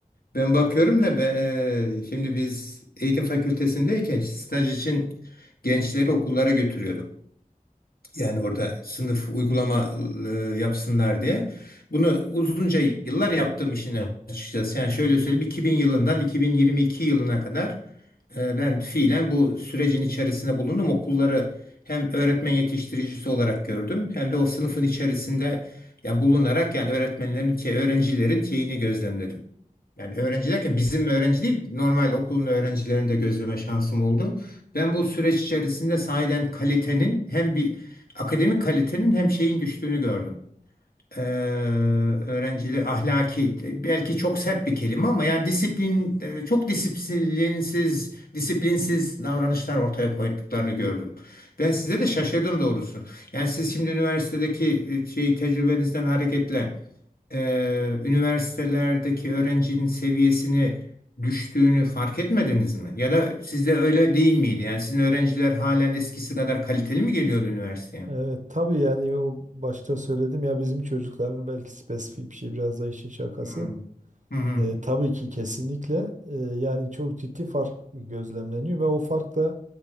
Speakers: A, on the left; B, on the right.
A: Ben bakıyorum da be, şimdi biz eğitim fakültesindeyken staj için gençleri okullara götürüyorduk. Yani
B: Hı hı.
A: orada sınıf uygulama e, yapsınlar diye. Bunu uzunca yıllar yaptım işin açıkçası. Yani şöyle söyleyeyim 2000 yılından 2022 yılına kadar e, ben fiilen bu sürecin içerisinde bulundum. Okulları hem öğretmen yetiştiricisi olarak gördüm hem de o sınıfın içerisinde yani bulunarak yani öğretmenlerin şey, öğrencilerin şeyini gözlemledim. Yani öğrenci derken bizim öğrenci değil normal okulun öğrencilerini de gözleme şansım oldu. Ben bu süreç içerisinde sahiden kalitenin hem bir akademik kalitenin hem şeyin düştüğünü gördüm. Ee, öğrenciler ahlaki belki çok sert bir kelime ama yani disiplin e, çok disiplinsiz disiplinsiz davranışlar ortaya koyduklarını gördüm. Ben size de şaşırdım doğrusu. Yani siz şimdi üniversitedeki e, şey tecrübenizden hareketle e, üniversitelerdeki öğrencinin seviyesini düştüğünü fark etmediniz mi? Ya da sizde öyle değil miydi? Yani sizin öğrenciler halen eskisi kadar kaliteli mi geliyordu üniversiteye?
B: Evet, tabii yani o başta söyledim ya bizim çocukların belki spesifik bir şey biraz da işin şakası.
A: Hmm. Hı hı.
B: Ee, tabii ki kesinlikle e, yani çok ciddi fark gözlemleniyor ve o fark da